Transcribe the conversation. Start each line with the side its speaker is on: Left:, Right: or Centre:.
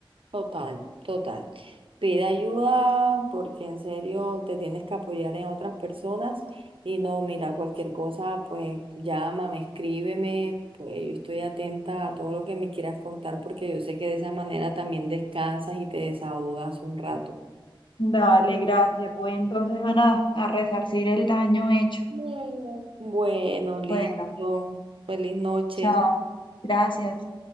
Right: Total, total. Pide ayuda porque en serio te tienes que apoyar en otras personas y no, mira, cualquier cosa, pues llámame, escríbeme, pues yo estoy atenta a todo lo que me quieras contar porque yo sé que de esa manera también descansas y te desahogas un rato.
Left: Dale, gracias. Voy entonces a nada, a resarcir el daño hecho.
Right: Bueno. Bueno, listo.
Left: Bueno,
Right: Feliz noche.
Left: chao. Gracias.